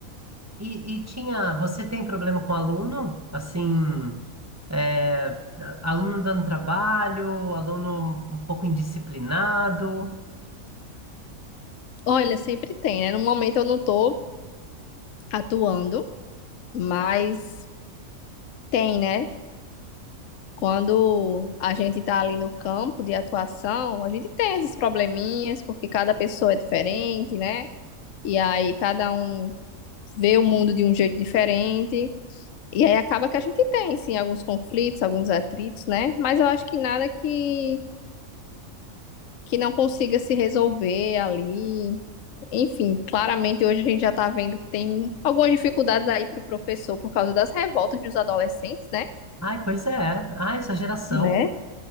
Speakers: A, on the right; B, on the left.
A: E, e tinha, você tem problema com aluno? Assim, é, aluno dando trabalho, aluno um pouco indisciplinado.
B: Olha, sempre tem, né? No momento eu não tô atuando, mas tem, né? Quando a gente tá ali no campo de atuação, a gente tem esses probleminhas, porque cada pessoa é diferente, né? E aí cada um vê o mundo de um jeito diferente. E aí acaba que a gente tem, sim, alguns conflitos, alguns atritos, né? Mas eu acho que nada que, que não consiga se resolver ali, Enfim, claramente hoje a gente já está vendo que tem algumas dificuldades aí para o professor por causa das revoltas dos adolescentes, né?
A: Ai, pois é. Ai, essa geração,
B: Né?